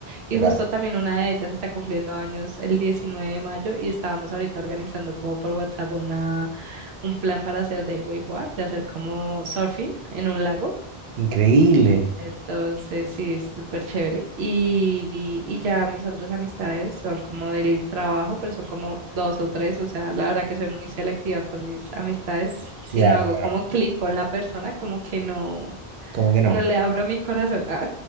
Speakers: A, on the right (about 80°); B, on the right (about 60°).
A: Y
B: Impecable.
A: justo también una de ellas está cumpliendo años el 19 de mayo y estábamos ahorita organizando como por WhatsApp una, un plan para hacer de wakeboard, de hacer como surfing en un lago.
B: Increíble.
A: Entonces, sí, es súper chévere. Y, y ya mis otras amistades son como del trabajo, pero son como dos o tres. O sea, la verdad que soy muy selectiva con mis amistades. Si
B: Ya,
A: no hago
B: claro.
A: como clic con la persona, como que no,
B: Como que no.
A: no le abro mi corazón. <laughs> Ah.